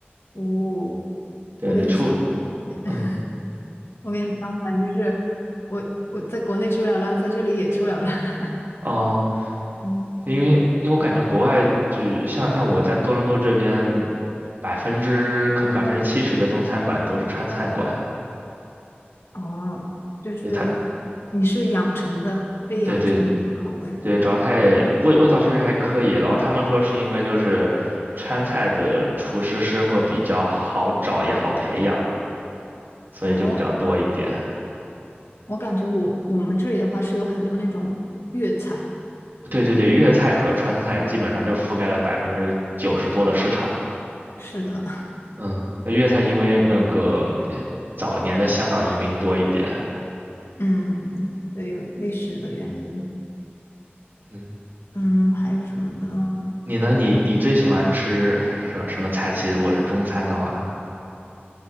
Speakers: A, on the left; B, on the right.
A: 哦，
B: 对对，
A: 我跟你相反耶
B: 出嗯
A: <laughs> 我跟你相反，就是我我在国内吃不了辣，在这里也吃不了辣。<laughs>
B: 哦，
A: 嗯，
B: 对，因为因为我感觉国外就像像我在多伦多这边，百分之可能百分之七十的中餐馆都是川菜馆，
A: 哦，就是
B: 对它。
A: 你是养成的，被养成的这个口味。
B: 对对对，主要它也味味道确实还可以，然后他们说是因为就是川菜的厨师师傅比较好找也好培养，所以就比较多一点。
A: 哦，我感觉我我们这里的话是有很多那种粤菜。
B: 对对对，粤菜和川菜基本上就覆盖了百分之九十多的市场。
A: 是的。
B: 嗯，那粤菜因为那个早年的香港移民多一点。
A: 嗯，对，有历史的原因。
B: 嗯，
A: 嗯，还有什么呢？
B: 你呢？你你最喜欢吃什什么菜系？如果是中餐的话，